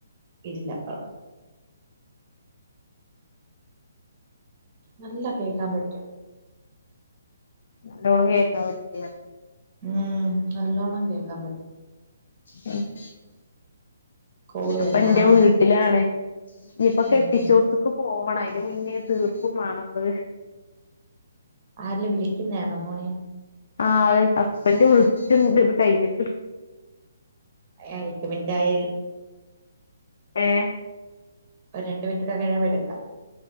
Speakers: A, on the right; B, on the left.
A: വീടിന്റപ്പറം നല്ല കേക്കാൻ പറ്റും
B: നല്ലോണം കേക്കാൻ പറ്റില്യ
A: ഉം നല്ലോണ്ണം കേക്കാൻ പറ്റും
B: ഉം
A: കോള്
B: അപ്പൊ
A: വരുന്നാ
B: എന്റെ വീട്ടിലാണെ നീയിപ്പ കെട്ടിച്ചോട്ത്ത്ക്ക്
A: ഉം
B: പോവണ അയിന് മുന്നേ തീർക്കും വേണത്
A: ആരിലും വിളിക്കുന്നതാണോ പോണെ
B: ആഹ് ആഹ് ഹസ്ബൻ്റിനെ വിളിച്ചുണ്ട് ഇത് കഴിഞ്ഞിട്ട്
A: ആഹ് എട്ട് മിനിറ്റായി
B: ഏഹ്
A: ഒരു രണ്ട് മിനിറ്റുടീ കഴിയുമ്പ എടുക്കാം